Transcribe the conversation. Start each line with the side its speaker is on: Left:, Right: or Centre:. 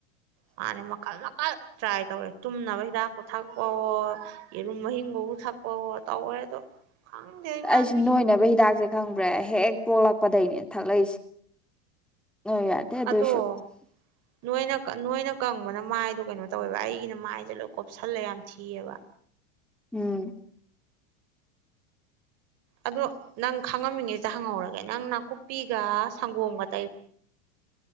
Right: ꯃꯥꯅꯦ ꯃꯀꯜ ꯃꯀꯜ ꯇ꯭ꯔꯥꯏ ꯇꯧꯔꯦ ꯇꯨꯝꯅꯕ ꯍꯤꯗꯥꯛꯄꯨ ꯊꯛꯄꯋꯣ ꯌꯦꯔꯨꯝ ꯃꯍꯤꯡꯒꯕꯨ ꯊꯛꯄꯋꯣ ꯇꯧꯔꯦ ꯑꯗꯣ ꯈꯪꯗꯦ ꯏꯃꯥꯟꯕꯤ
Centre: ꯑꯩꯁꯨ ꯅꯣꯏꯅꯕ ꯍꯤꯗꯥꯛꯁꯦ ꯈꯪꯕ꯭ꯔꯦ ꯍꯦꯛ ꯄꯣꯛꯂꯛꯄꯗꯒꯤꯩꯅꯦ ꯊꯛꯂꯛꯏꯁꯦ ꯑ ꯌꯥꯗꯦꯗꯣꯏꯁꯣ
Right: ꯑꯗꯣ ꯅꯣꯏꯅ ꯅꯣꯏꯅ ꯀꯪꯕꯅ ꯃꯥꯏꯗꯣ ꯀꯩꯅꯣ ꯇꯧꯋꯦꯕ ꯑꯩꯒꯤꯅ ꯃꯥꯏꯁꯦ ꯂꯣꯏ ꯀꯣꯞꯁꯜꯂꯦ ꯌꯥꯝ ꯊꯤꯑꯕ
Centre: ꯎꯝ
Right: ꯑꯗꯣ ꯅꯪ ꯈꯪꯉꯝꯃꯤꯉꯩꯁꯤꯗ ꯍꯪꯍꯧꯔꯒꯦ ꯅꯪ ꯅꯥꯀꯨꯞꯄꯤꯒ ꯁꯪꯒꯣꯝꯒ ꯇ